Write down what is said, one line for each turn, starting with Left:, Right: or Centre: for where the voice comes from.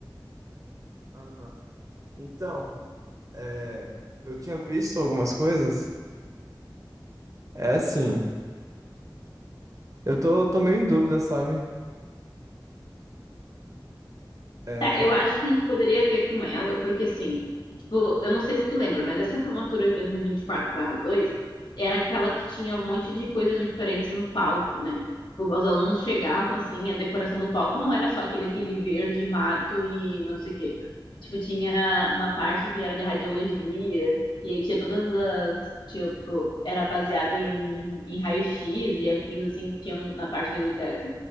Right: Aham. Então, é, eu tinha visto algumas coisas. É assim, eu tô, tô meio em dúvida, sabe? É,
Left: Tá, eu acho que a gente poderia ver com ela, porque assim, tipo, eu não sei se tu lembra, mas essa formatura de 2024/2 era aquela que tinha um monte de coisas diferentes no palco, né? Tipo, Os alunos chegavam assim, a decoração do palco não era só aquele, aquele verde, mato e não sei o quê. Tipo, tinha uma parte que era de radiologia, e aí tinha todas as, tipo, era baseado em, em raio-x e afins assim que tinham na parte ali do teto.